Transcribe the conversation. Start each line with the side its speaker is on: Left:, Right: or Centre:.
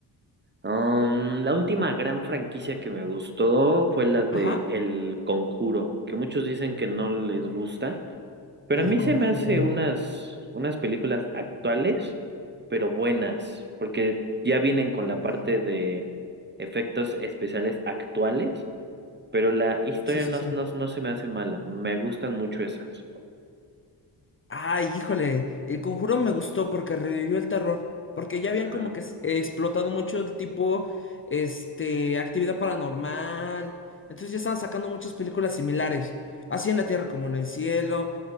Right: Um, la última gran franquicia que me gustó fue la de
Left: Ajá.
Right: El Conjuro, que muchos dicen que no les gusta, pero
Left: El
Right: a mí
Left: Conjuro.
Right: se me hace unas, unas películas actuales, pero buenas, porque ya vienen con
Left: Uy.
Right: la parte de efectos especiales actuales, pero la historia
Left: Sí, sí,
Right: no,
Left: sí.
Right: no, no se me hace mala, me gustan mucho esas.
Left: Ay, híjole, el conjuro me gustó porque revivió el terror, porque ya
Right: Ajá,
Left: habían como que s- eh, explotado mucho el tipo, este, actividad paranormal, entonces ya estaban sacando muchas películas similares, así en la tierra como en el cielo,